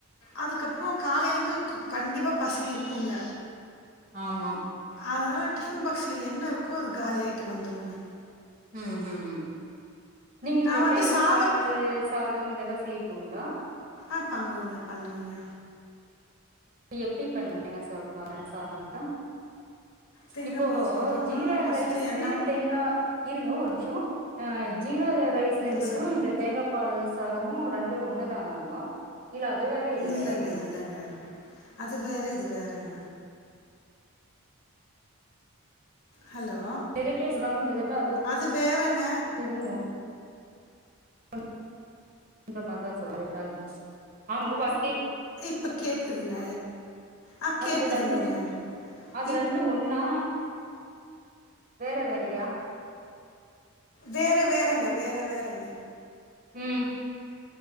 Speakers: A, on the left; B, on the right.
A: அதுக்கப்றோ காலைலந்து கண்டிப்பா பசி இருக்குங்க
B: ஆமா
A: அதனால டிஃபன் பாக்ஸ்ல என்ன இருக்கோ அது காலியாகிட்டு வந்துடுங்க
B: ம் ஹும் நீங்க
A: நான்
B: இந்த
A: வந்து
B: தேங்கா
A: சாதம்
B: பால்லு சாதோ இதெல்லா செய்ற துண்டா
A: ஆ பண்ணுவோங்க பண்ணுவேங்க
B: எப்டி <unintelligible>
A: தேங்காய்பால்
B: இப்போ
A: சாதம்னா
B: ஜீரா
A: ஃபஸ்ட்டு
B: ரைஸ்ஸுதேங்கா
A: எண்ணெய்
B: இருங்க ஒரு நிமிஷோ ஆ ஜீரோ ரைஸ் என்பது
A: ம் சொல்
B: இந்த தேங்காய் பால் சாதமு ரெண்டூ ஒண்ணு தானங்கோ இல்ல அது வேற இது
A: இல்லைங்க
B: வேறயா
A: இல்லைங்க அது வேற இது வேறங்க ஹலோ
B: நெறைய பேர் சொல்றாங்க கிட்டத்தட்ட
A: அது வேறங்க
B: இதுவு <unintelligible>
A: இப்ப கேக்குதுங்க ஆ
B: அது
A: கேக்குதுங்கங்க
B: ரெண்டூ அது
A: இப்
B: ரெண்டூ ஒன்னா வேற வேற யா
A: வேற வேறங்க வேற வேறங்க
B: ம்